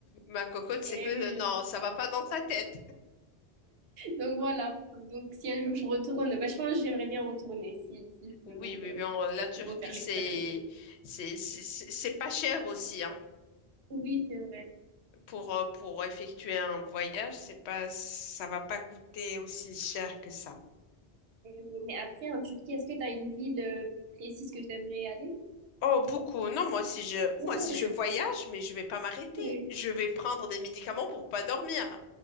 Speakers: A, on the left (about 80°); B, on the right (about 70°).
A: Ma cocotte,
B: Eh
A: c'est que euh,
B: oui.
A: non, ça va pas dans ta tête.
B: Donc voilà. Donc si un jour je retourne, ben, je pense que j'aimerais bien retourner, si, si je
A: Oui,
B: peux, donc
A: oui,
B: euh,
A: oui, on- la Turquie,
B: pour refaire l'expérience.
A: c'est c'est c'est c'est- c'est pas cher aussi, hein.
B: Oui, c'est vrai.
A: Pour euh, pour effectuer un voyage, c'est pas ça va pas coûter aussi cher que ça.
B: Eh oui. Mais après, en Turquie, est-ce que t'as une ville euh, précise que t'aimerais aller?
A: Oh, beaucoup. Non, moi si je
B: Beaucoup.
A: moi si
B: <laughs>
A: je voyage, mais je vais pas m'arrêter.
B: Oui.
A: Je vais prendre des médicaments pour pas dormir.